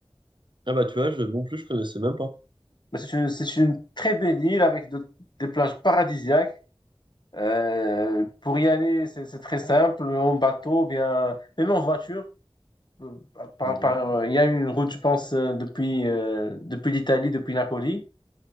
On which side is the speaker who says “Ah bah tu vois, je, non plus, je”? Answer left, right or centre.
Right